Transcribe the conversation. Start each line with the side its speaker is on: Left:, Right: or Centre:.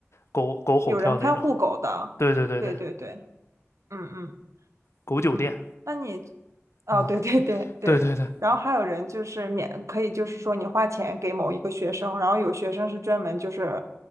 Left: 狗狗吼跳那种。
Right: 有人看护狗的。
Left: 对对对对，
Right: 对对对，嗯嗯
Left: 狗酒店。
Right: 嗯。那你哦，
Left: 嗯，
Right: 对对对对，
Left: 对对对
Right: 然后还有人就是免，可以就是说你花钱给某一个学生，然后有学生是专门就是